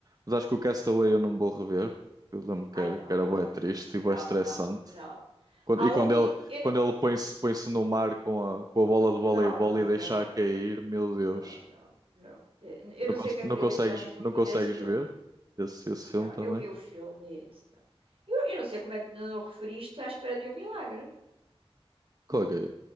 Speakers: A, on the right; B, on the right.
A: Mas acho que o Castaway eu não vou rever. porque Eu lembro que
B: Ai,
A: era,
B: não,
A: que era
B: não,
A: bué triste
B: não,
A: e
B: não,
A: bué estressante.
B: não, não.
A: Quando-
B: Há
A: e
B: um
A: quando
B: que
A: ele,
B: eu, eu não.
A: quando ele põe-se põe-se no mar com a, com a bola de voleibol
B: Não, não,
A: e deixa
B: não, não.
A: a cair, meu Deus.
B: Não, não, não. Eu eu
A: Não,
B: não
A: cons-
B: sei o que é
A: não
B: que deu
A: consegues,
B: esse homem para
A: não
B: fazer
A: consegues
B: esse filme.
A: ver esse, esse filme
B: Não,
A: também?
B: eu vi o filme e disse, não. Eu, eu não sei como é que não o referiste à espera de um milagre.
A: Qual é que é?